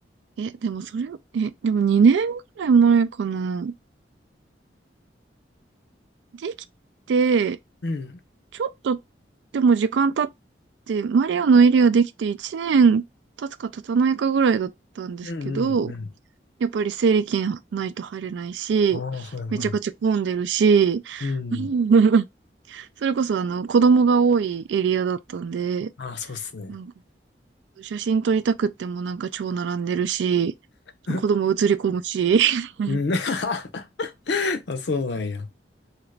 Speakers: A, on the right; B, on the left.
A: え、でもそれ、え、でも2年ぐらい前かな。できて、
B: うん。うん。
A: ちょっと、でも時間経って、マリオのエリアできて1年経つか経たないかぐらいだったんですけど、
B: うんうんうん。
A: やっぱり整理券ないと入れないし、
B: ああ、はいはい。
A: めちゃくちゃ混んでるし、
B: うん。
A: <laughs> それこそあの、子供が多いエリアだったんで、
B: ああ、そうっすね。
A: なんか写真撮りたくってもなんか超並んでるし、
B: <laughs>
A: 子供映り込むし、<laughs>
B: うん。<laughs> あ、そうなんや。